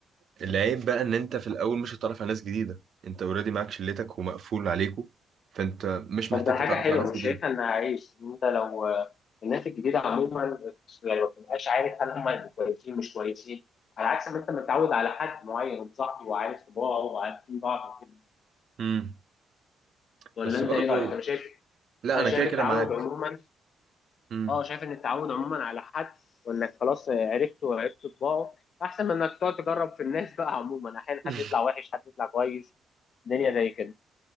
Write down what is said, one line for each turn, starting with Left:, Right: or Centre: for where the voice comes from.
Right: العيب بقى ان انت في الاول مش هتتعرف على ناس جديدة انت اوريدي معاك شلتك ومقفول عليكو فانت مش
Left: طب
Right: محتاج
Left: ده
Right: تتعرف
Left: حاجه حلوه
Right: على ناس
Left: مش
Right: جديدة
Left: شايفها انها عيش ان انت لو الناس الجديده عموما يعني ما بتبقاش عارف هل هم هيبقوا كويسين مش كويسين على عكس ما انت متعود على حد معين وصاحبه وعارف طباعه وعارفين بعض وكده
Right: امم
Left: ولا
Right: بس برضو
Left: انت ايه رايك؟ انا شايف
Right: لا
Left: انا
Right: انا
Left: شايف
Right: كده كده
Left: التعود
Right: معاك
Left: عموما
Right: امم
Left: اه شايف ان التعود عموما على حد وانك خلاص عرفته وعرفت طباعه احسن من انك تقعد تجرب في الناس بقى عموما احيانا
Right: <laughs>
Left: حد يطلع وحش حد يطلع كويس الدنيا زي كده